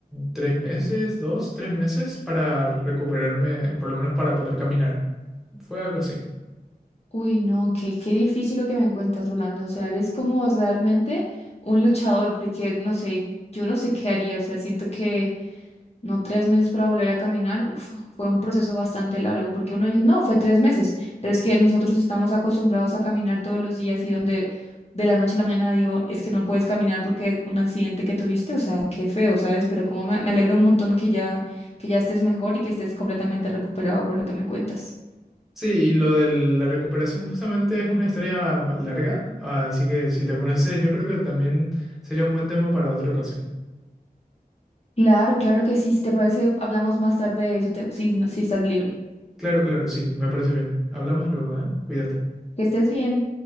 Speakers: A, in the centre; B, on the left (about 40°).
A: tres meses, dos, tres meses para recuperarme, por lo menos para poder caminar. Fue algo así.
B: Uy, no, qué, qué difícil lo que me cuentas, Rolando. O sea, eres como realmente un luchador, porque no sé, yo no sé qué haría. O sea, siento que No tres meses para volver a caminar, uf, fue un proceso bastante largo, porque uno dice, no, fue tres meses, pero es que nosotros estamos acostumbrados a caminar todos los días y donde de la noche a la mañana digo, es que no puedes caminar porque un accidente que tuviste, o sea, qué feo, ¿sabes? Pero como me, me alegro un montón que ya, que ya estés mejor y que estés completamente recuperado por lo que me cuentas.
A: Sí, y lo de la recuperación justamente es una historia larga, así que si te parece, yo creo que también sería un buen tema para otra ocasión.
B: Claro, claro que sí, si te parece, hablamos más tarde de eso, te- si, no- si estás libre.
A: Claro, claro, sí, me parece bien. Hablamos luego, ¿eh? Cuídate.
B: Que estés bien.